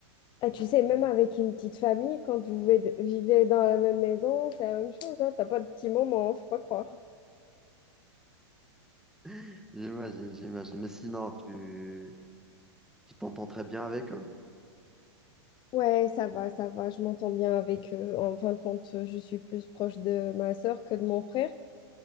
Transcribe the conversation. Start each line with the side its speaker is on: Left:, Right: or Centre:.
Left: Ah, tu sais, même avec une petite famille, quand vous ve- vivez dans la même maison, c'est la même chose, hein. T'as pas de petits moments, faut pas croire.
Centre: <laughs> J'imagine, j'imagine. Mais sinon, tu tu t'entends très bien avec eux.
Left: Ouais, ça va, ça va, je m'entends bien avec eux. En fin de compte, euh, je suis plus proche de ma sœur que de mon frère.